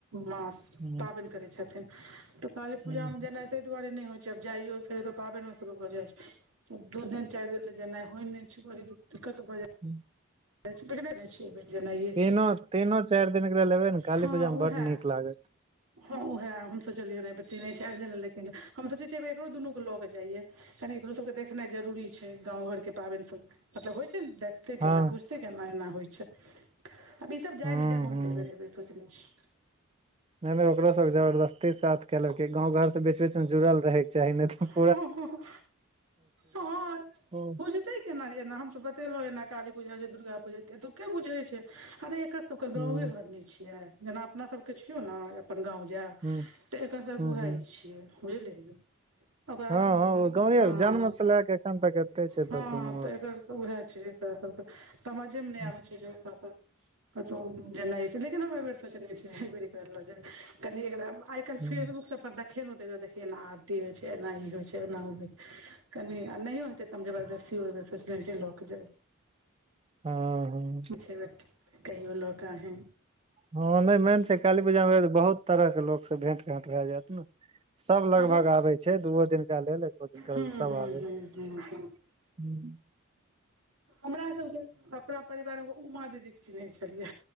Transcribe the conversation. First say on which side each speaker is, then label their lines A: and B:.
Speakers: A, on the right; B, on the right.
A: मास
B: ह
A: पाबेन करै छथिन त काली पूजा
B: ह
A: में जेना ताहि दुआरे नइ होइ छैब जाइयो फेर पाबनि मे शुरू होऽ जाइ छै दू दिन चारि दिन ल जेनाइ होइ नहि को दिक्कत बाज <unintelligible>
B: हू
A: ने ने छ जेनाइ अछि
B: तीनो तीनो चारि दिन के लेल लेबै ने काली
A: हँ
B: पूजा मे
A: उएह
B: बड नीक लागत
A: हँ उऊह हम सोचलियै रह तीने चाइर दिन लेकिन हम सोचे छियै एको दुनू के लऽ क के जाइयए कनि एकरो सबके देखनाइ जरूरी छै गाँव घर के पाबनि सब मतलब होइ छै ने देखते
B: हँ
A: केना बुझते केना एना होइ छै आब ई सब जाय
B: हूं
A: ने जा हम
B: हूं
A: तऽ एहिर एहि बेर सोचने छी
B: नहि नहि ओकरो सब जबरदस्ती साथ केलक गाँव घर से बेच बेचमे जुड़ल रहयके चाही नइ त
A: ओ हँ
B: हूं
A: ब ते केना एना हमस बतेलहुँ एना काली पूजा दुर्गा पूजा तऽ के बुझै छै अरे एक सबके गाँवे
B: हूं
A: घर नहि छियै जेना अपना सबके छियौ ने अपन गाँव जायब
B: हूं
A: तऽ एकर त उएह
B: हूं
A: छियै बुझले ओकरा
B: हँ हँ ओ गाँवे
A: हँ
B: जन्म से लए के एखन तक एते छै
A: हँ
B: कोनो हूँ
A: तऽ एकर उएह छै त सब समझेमे नइ
B: हूँ
A: आबै छै जे प जेनाइ छै लेकिन हम बेर सोचने छी करलो कनी एक आइ काल्हि
B: हूँ
A: फेसबुक सब पर देखे ल देखयन त देख एना आरती होइ छै एना ई होइ छै एना हो कनि नइ होतै त जबरदस्ती <unintelligible> हो लोक ज
B: हँ ह
A: छ <unintelligible> कहियो लोक है
B: हँ नै मेन छै काली पूजा मे बहुत तरह के लोक से भेंट घट भय जायत ने सब लगभग
A: हरो
B: आबे छै द दुओ दिन केा लेल एको दिन केा
A: हूँ
B: सब
A: हूँ
B: आ
A: हूँ हूँ हूँ
B: हू <inaudible>
A: हमरा सबके अपना परिवार एगो उमा ददीक चिन्है छलियै